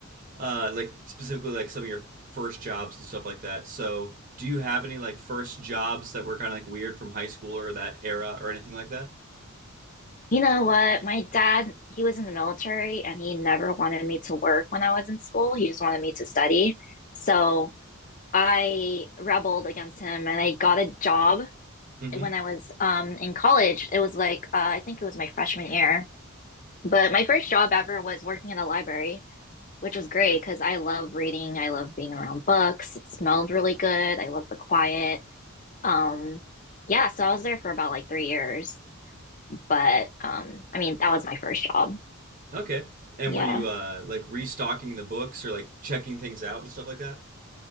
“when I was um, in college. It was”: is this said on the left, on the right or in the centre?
Left